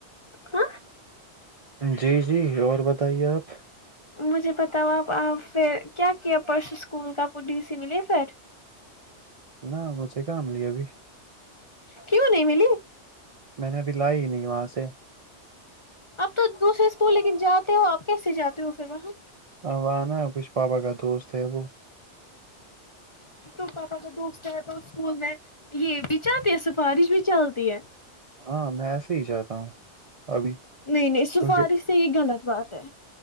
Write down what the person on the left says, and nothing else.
ہاں
مجھے بتاؤ آپ پھر کیا کیا پرسس اسکول کا پڈی سی ملے پھر
کیوں نہیں ملی
اب تو دوسرے اسکول لیکن جاتے ہو آپ کیسے جاتے ہو پھر وہاں
تو پاپا کا دوست ہے تو اسکول میں یہ بھی چلتی ہے سفارش بھی چلتی ہے
نہیں نہیں سفارش
سے یہ غلط بات ہے